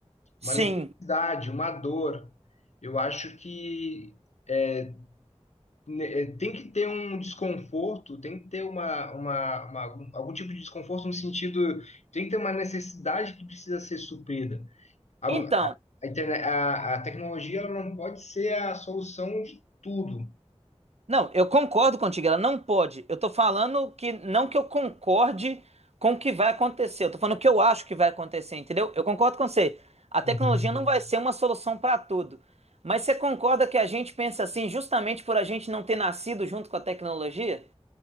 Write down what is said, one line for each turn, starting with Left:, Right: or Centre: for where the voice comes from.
Right: sim.
Left: uma necessidade, uma dor. Eu acho que é, ne- é, tem que ter um desconforto, tem que ter uma, uma- uma- algum, algum tipo de desconforto no sentido, tem que ter uma necessidade que precisa ser suprida. A,
Right: Então,
Left: a interne- a- a tecnologia ela não pode ser a solução de tudo.
Right: Não, eu concordo contigo, ela não pode. Eu tô falando que não que eu concorde com o que vai acontecer, eu tô falando o que eu acho que vai acontecer, entendeu? Eu concordo com você. A tecnologia
Left: Uhum.
Right: não vai ser uma solução para tudo. Mas você concorda que a gente pensa assim justamente por a gente não ter nascido junto com a tecnologia?